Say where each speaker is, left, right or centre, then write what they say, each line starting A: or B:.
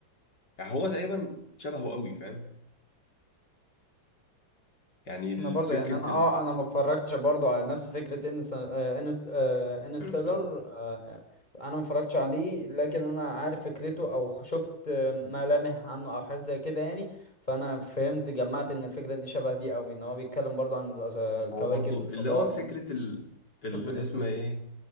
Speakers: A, on the left; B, on the left.
A: يعني هو تقريبا شبهه قوي فاهم يعني
B: انا برضو
A: فكره
B: يعني انا اه انا ما اتفرجتش برضو على نفس فكره ان انست انستيلر
A: الترسل
B: آه، انا ما اتفرجتش عليه لكن انا عارف فكرته او شفت آه، ملامح عنه او حاجات زي كده يعني فانا فهمت جمعت ان الفكره دي شبه دي قوي ان هو بيتكلم برضو عن الأز- الكواكب
A: هو برضو
B: الفضاء
A: اللي هو فكره ال... اللي
B: الثقب الاسود
A: هي اسمها ايه